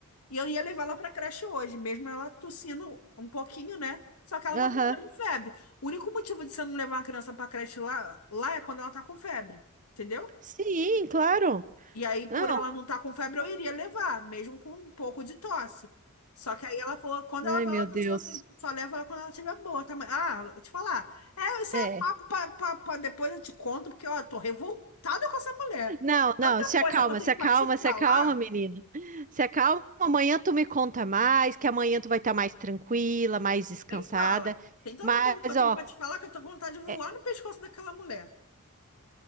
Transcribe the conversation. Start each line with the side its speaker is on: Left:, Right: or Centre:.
Left: e eu ia levar ela pra creche hoje, mesmo ela tossindo um pouquinho, né? Só que ela
Right: aham.
Left: não tem tendo febre. O único motivo de você não levar uma criança pra creche lá, lá é quando ela tá com febre, entendeu?
Right: Sim, claro.
Left: E aí, por
Right: Não.
Left: ela não estar tá com febre, eu iria levar, mesmo com um pouco de tosse. Só que aí ela falou, quando
Right: Ai,
Left: ela vai,
Right: meu
Left: ela tossiu
Right: Deus.
Left: assim, só leva ela quando ela tiver boa também. Ah, vou te falar. É, isso
Right: É.
Left: é papo pra, pra- pra depois eu te conto, porque ó, eu tô revoltada com essa mulher.
Right: Não,
Left: Tanta
Right: não, se
Left: coisa
Right: acalma,
Left: que eu tenho
Right: se acalma,
Left: pra te
Right: se
Left: falar.
Right: acalma, menina. Se acalma, amanhã tu me conta mais, que amanhã tu vai estar mais tranquila, mais descansada.
Left: Nem fala. Tem tanta
Right: Mas,
Left: coisa que eu tenho
Right: ó,
Left: pra te falar que eu tô com vontade de voar
Right: é,
Left: no pescoço daquela mulher.